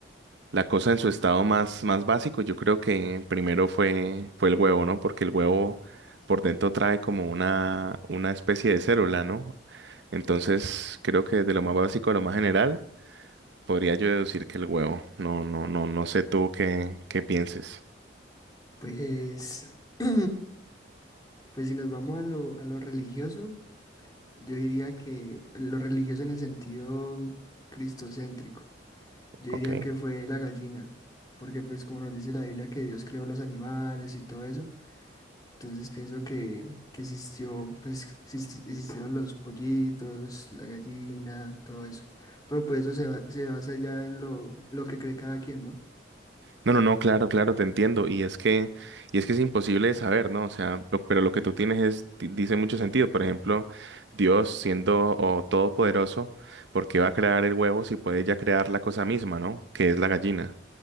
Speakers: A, on the right; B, on the left.
A: La cosa en su estado más, más básico, yo creo que primero fue, fue el huevo, ¿no? Porque el huevo por dentro trae como una, una especie de célula, ¿no? Entonces, creo que de lo más básico a lo más general, podría yo deducir que el huevo. No, no, no, no sé tú qué, qué pienses.
B: pues, <clears throat> pues si nos vamos a lo, a lo religioso, yo diría que lo religioso en el sentido cristocéntrico, yo diría
A: Ok.
B: que fue la gallina, porque pues como nos dice la Biblia que Dios creó los animales y todo eso, entonces pienso que, que existió, pues existi- existieron los pollitos, la gallina, todo eso, pero pues eso se, ba- se basa ya en lo, lo que cree cada quien, ¿no?
A: No, no, no, claro, claro, te entiendo. Y es que, y es que es imposible de saber, ¿no? O sea, lo- pero lo que tú tienes es, ti- dice mucho sentido. Por ejemplo, Dios siendo o todopoderoso, ¿por qué va a crear el huevo si puede ya crear la cosa misma, ¿no? Que es la gallina.